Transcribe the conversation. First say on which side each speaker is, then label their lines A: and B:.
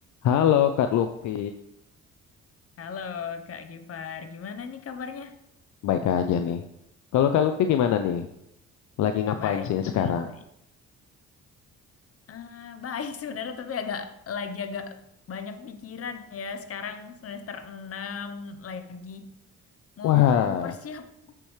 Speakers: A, on the left; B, on the left.
A: Halo Kak Luffy,
B: Halo Kak Gifar, gimana nih kabarnya?
A: baik aja nih. Kalau Kak Luffy gimana nih? Lagi ngapain
B: Baik,
A: sih sekarang?
B: baik, baik. Ah, baik sebenarnya tapi agak lagi agak banyak pikiran ya. Sekarang semester 6 lagi mau
A: Wah,
B: mempersiapkan